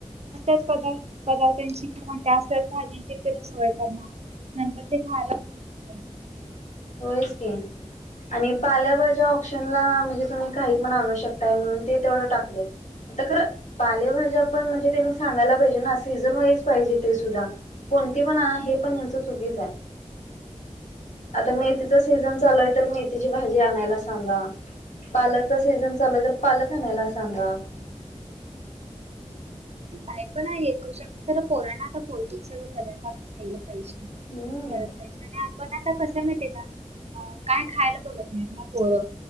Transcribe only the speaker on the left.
होईच की आणि पाल्या भाज्या ऑप्शनला म्हणजे तुम्ही काही पण आणू शकताय म्हणून ते तेवढं टाकलय. आता खरं पालेभाज्या पण म्हणजे त्यांनी सांगायला पाहिजे ना सीझन वाईज पाहिजे ते सुद्धा कोणती पण आण हे पण यांचं चुकीच आहे. आता मेथीचा सीझन चालय तर मेथीची भाजी आणायला सांगा. पालकचा सीझन चालूय तर पालक आणायला सांगा.
हम्म